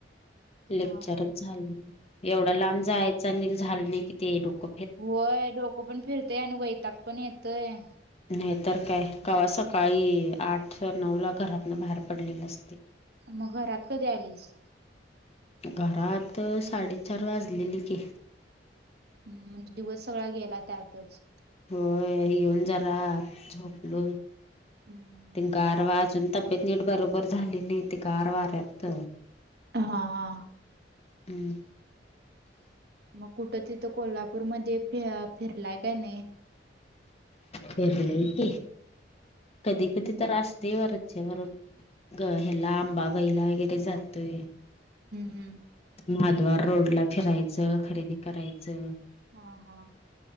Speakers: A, on the left; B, on the right.
A: लेक्चरच
B: हा हा
A: झालं नाही एवढ्या लांब जायचं आणि झालं नाही कि ते डोक
B: होय डोकं पण फिरतय आणि वैताग पण येतोय
A: नाही तर काय कवा सकाळी आठ नऊ ला घरातन बाहेर पडलेलो असतेय
B: मग घरात कधी आलीस
A: घरात साडेचार वाजलेली कि
B: म्हणजे दिवस सगळा गेला त्यातच
A: होय येऊन जरा झोपलो ते
B: हम्म
A: गारवा आजून तब्येत नीट बरोबर झालेली ती गार वाऱ्यात
B: हा हा
A: हम
B: मग कुठं तिथ कोल्हापूरमध्ये फि फिरलाय काय नाही?
A: फिरलोय की कधी कधी
B: हम्म
A: तर आसतय वरचेवर ग हेला अंबाबाई ला वगैरे जातोय
B: हम्म
A: महाद्वारोडला फिरायचं खरेदी करायचं
B: हा हा